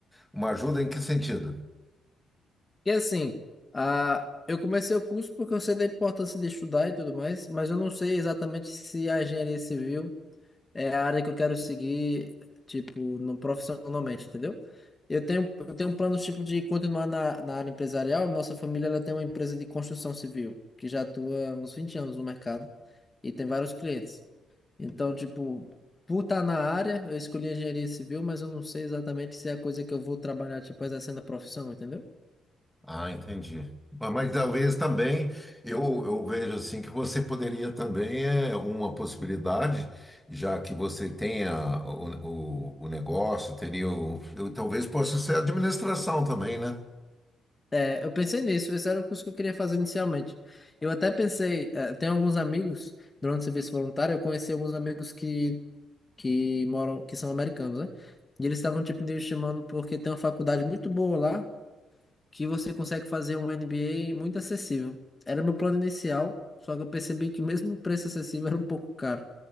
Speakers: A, in the centre; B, on the left.
A: uma ajuda em que sentido?
B: E assim, ah, eu comecei o curso porque eu sei da importância de estudar e tudo mais, mas eu não sei exatamente se a engenharia civil. é a área que eu quero seguir, tipo, no, profissionalmente, entendeu? Eu tenho, eu tenho um plano, tipo, de continuar na, na área empresarial. Nossa família, ela tem uma empresa de construção civil, que já atua há uns 20 anos no mercado e tem vários clientes. Então, tipo, por estar na área, eu escolhi engenharia civil, mas eu não sei exatamente se é a coisa que eu vou trabalhar, tipo, exercendo a profissão, entendeu?
A: Ah, entendi. Mas, mas talvez também eu, eu vejo assim que você poderia também é uma possibilidade, já que você tenha o, o, o negócio, teria o, eu, talvez possa ser administração também, né?
B: É, eu pensei nisso, esse era o curso que eu queria fazer inicialmente. Eu até pensei, eh, tem alguns amigos, durante o serviço voluntário, eu conheci alguns amigos que, que moram, que são americanos, né? E eles estavam, tipo, me chamando porque tem uma faculdade muito boa lá, que você consegue fazer um NBA muito acessível. Era meu plano inicial, só que eu percebi que mesmo o preço acessível era um pouco caro.